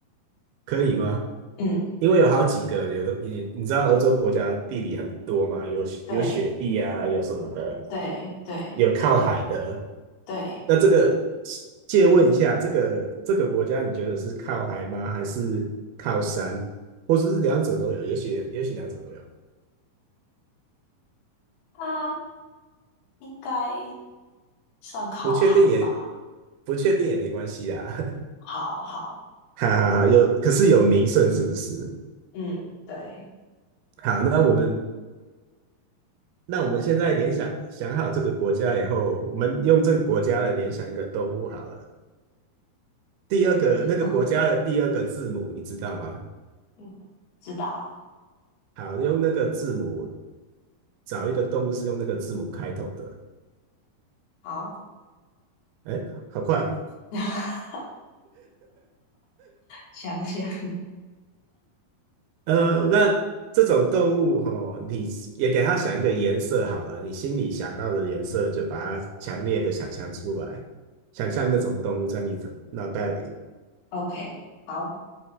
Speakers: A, on the right; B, on the left.
A: 可以吗？
B: 嗯，
A: 因为有好几个，有的你你知道欧洲国家地理很多嘛，有有雪地啊，
B: 对
A: 有什么的，
B: 对对
A: 有靠海的。
B: 对，
A: 那这个借问一下，这个这个国家你觉得是靠海吗？还是靠山？或者是两者都有？也许也许两者都有，
B: 它应该算靠海吧？
A: 不确定也不确定也没关系啊。<laughs>
B: 好好，
A: 哈哈哈，
B: 嗯，
A: 有，可是有名胜是不是？
B: 嗯，对，
A: 好，那我们那我们现在联想想好这个国家以后，我们用这个国家来联想一个动物好了。第二个那个国家的第二个字母你知道吗？
B: 随便，嗯嗯，知道，
A: 好，用那个字母找一个动物是用那个字母开头的。
B: 好，
A: 哎，好快。
B: <laughs> 想想，
A: 呃，那这种动物吼，你也给它想一个颜色好了，你心里想到的颜色就把它强烈的想象出来，想象那种动物在你头脑袋里
B: OK，好，